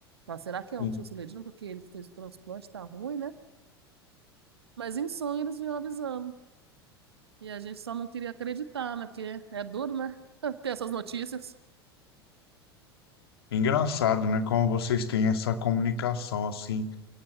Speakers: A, on the right (about 75°); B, on the left (about 70°).
A: Mas será que é
B: sim.
A: o tio Celedino? Porque ele fez o transplante, tá ruim, né? Mas em sonho eles vinham avisando. E a gente só não queria acreditar, né? Porque é duro, né? <laughs> Ter essas notícias.
B: Engraçado, né? Como vocês têm essa comunicação, assim,